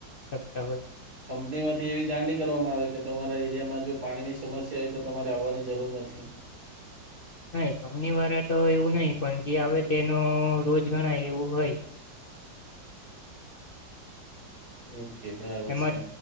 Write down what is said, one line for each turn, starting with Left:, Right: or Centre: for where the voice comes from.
Left: શકતા હોય.
Right: કંપનીમાંથી એવી જાણણી કરવામાં આવે કે તમારા એરિયામાં જો પાણીની સમસ્યા હોય તો તમારે આવવાની જરૂર નથી.
Left: નાહી કંપની વાળા તો એવું નહી પણ જે આવે તેનો રોજ ગણાય એવું હોય.
Right: ઓકે બરાબર
Left: એમાં
Right: છે